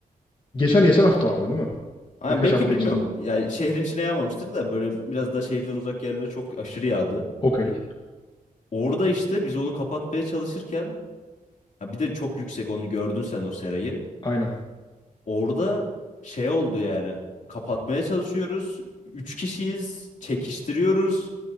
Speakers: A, on the left; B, on the left.
A: Geçen geçen haftalarda değil mi?
B: Aynen
A: Birkaç
B: belki
A: hafta
B: bilmiyorum
A: için.
B: yani şehrin içine yağmamıştır da böyle biraz daha şehirden uzak yerlere çok aşırı yağdı.
A: Okey.
B: Orada işte biz onu kapatmaya çalışırken ha bir de çok yüksek onu gördün sen o serayı.
A: Aynen.
B: Orada şey oldu yani kapatmaya çalışıyoruz. Üç kişiyiz çekiştiriyoruz.